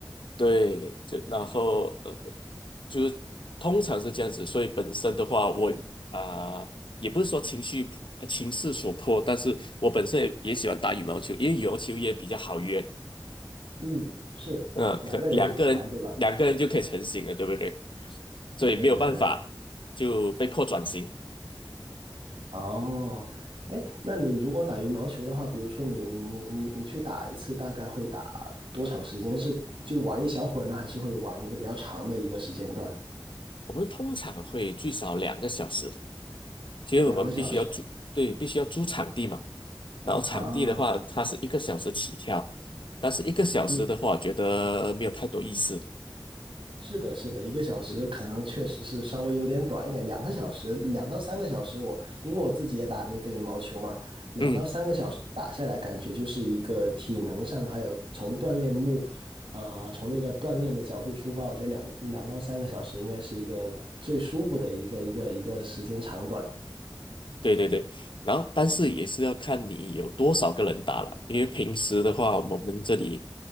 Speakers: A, on the left; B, on the right.
A: 对，就然后呃，就是通常是这样子，所以本身的话，我啊、也不是说情绪呃情势所迫，但是我本身也也喜欢打羽毛球，因为羽毛球也比较好约，
B: 嗯，是两个人就可以玩，
A: 嗯、可两个人两个人就可以成型了，
B: 对吧？
A: 对不对？所以没有办法就被迫转型。
B: 对对对。哦，哎，那你如果打羽毛球的话，比如说你你你你你去打一次，大概会打多长时间？是就玩一小会儿呢，还是会玩一个比较长的一个时间段？
A: 我们通常会最少两个小时，其实我们必须要租，
B: 两个小时啊？
A: 对，必须要租场地嘛。然后场地的话，
B: 啊，
A: 它是一个小时起跳，但是一个小时的话，
B: 嗯
A: 我觉得没有太多意思。
B: 是的，是的，一个小时可能确实是稍微有点短一点，
A: 嗯
B: 两个小时，两到三个小时我，因为我自己也打那个羽毛球嘛，两到三个小时打下来，
A: 嗯，
B: 感觉就是一个体能上，还有从锻炼目，呃，从那个锻炼的角度出发，我觉得两两到三个小时应该是一个最舒服的一个一个一个时间长短。
A: 对对对。然后，但是也是要看你有多少个人打了，因为平时的话，我们这里，